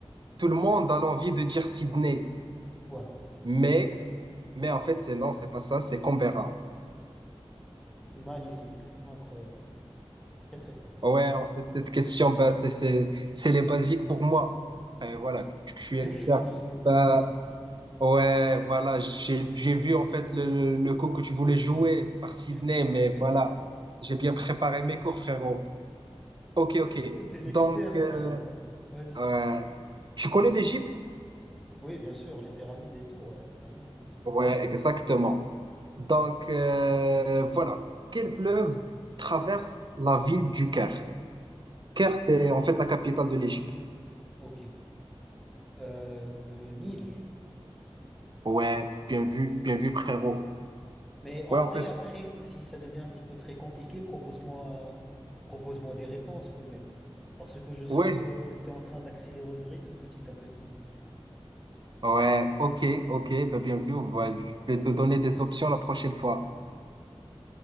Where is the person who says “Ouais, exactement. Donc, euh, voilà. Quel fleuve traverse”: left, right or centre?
Right